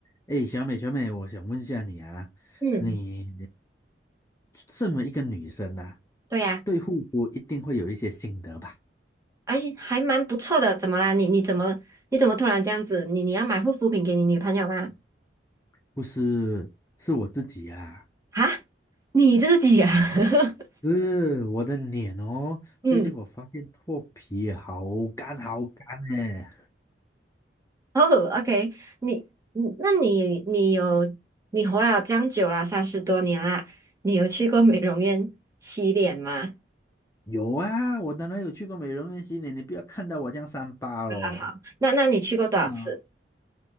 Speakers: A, on the left (about 15°); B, on the right (about 20°).
A: 哎，小美，小美，我想问一下你啊，
B: 嗯，
A: 你这么一个女生啊，
B: 对呀、
A: 对护肤一定会有一些心得吧？
B: 而且还蛮不错的。怎么啦？你你怎么你怎么突然这样子？你你要买护肤品给你女朋友吗？
A: 不是，是我自己啊，
B: 啊，你自己啊？<laughs>
A: 是我的脸哦。
B: 嗯，
A: 最近我发现脱皮好干好干呢。
B: 哦，OK，你你那你你有你活了这样久了，三十多年啦，你有去过美容院洗脸吗？
A: 有啊，我当然有去过美容院洗脸，你不要看到我这样三八哦。
B: 好好好，那那你去过多少次？
A: 嗯啊，